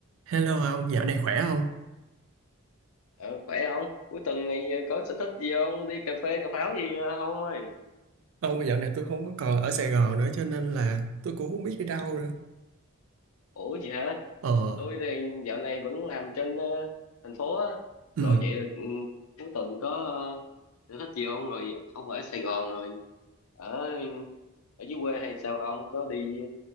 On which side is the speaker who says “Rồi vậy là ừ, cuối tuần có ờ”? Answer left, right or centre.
Left